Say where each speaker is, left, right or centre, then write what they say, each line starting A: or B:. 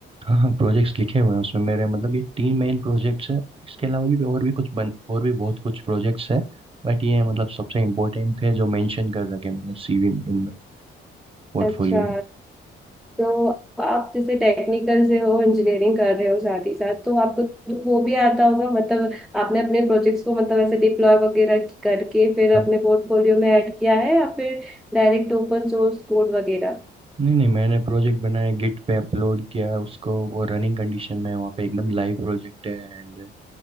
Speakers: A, on the right (about 30°); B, in the centre.
A: हाँ हाँ प्रोजेक्ट्स लिखे हुए हैं उसमें मेरे मतलब ये तीन मेन प्रोजेक्ट्स हैं इसके अलावा भी और भी कुछ बन और भी बहुत कुछ प्रोजेक्ट्स हैं बट ये मतलब सबसे इम्पोर्टेंट थे जो मेंशन कर रखे मैंने सीवी में इन पोर्टफोलियो
B: अच्छा
A: में
B: तो आप जैसे टेक्निकल से हो इंजीनियरिंग कर रहे हो साथ ही साथ तो आपको तो वो भी आता होगा मतलब आपने अपने प्रोजेक्ट्स को मतलब ऐसे डिप्लॉय वगैरह करके फिर
A: हाँ
B: अपने पोर्टफोलियो में ऐड किया है या फिर डायरेक्ट ओपन सोर्स कोड वगैरह
A: नहीं नहीं मैंने प्रोजेक्ट बनाया गिट पे अपलोड किया है उसको वो रनिंग कंडीशन में है, वहाँ पे एकदम लाइव प्रोजेक्ट है एंड